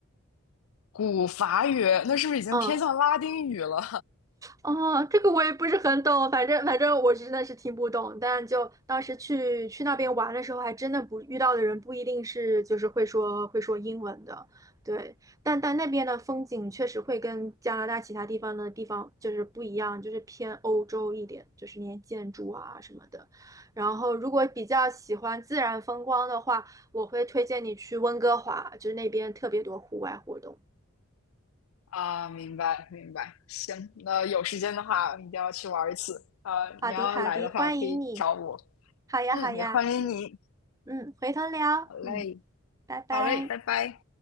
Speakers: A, on the left (about 80°); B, on the right (about 15°).
A: 古法语，那是不是已经偏向拉丁语了？
B: 嗯。哦，这个我也不是很懂，反正反正我真的是听不懂，但就当时去去那边玩的时候，还真的不遇到的人不一定是就是会说会说英文的，对，但但那边的风景确实会跟加拿大其他地方的地方就是不一样，就是偏欧洲一点，就是那些建筑啊什么的。然后如果比较喜欢自然风光的话，我会推荐你去温哥华，就是那边特别多户外活动。
A: 啊，明白明白。行，那有时间的话一定要去玩一次。啊，
B: 好的好的，
A: 你要来的话可以找我。
B: 欢迎你。好呀好呀，
A: 嗯，也欢迎你。
B: 嗯。嗯，回头聊，
A: 好嘞，
B: 嗯，拜拜。
A: 好嘞，拜拜。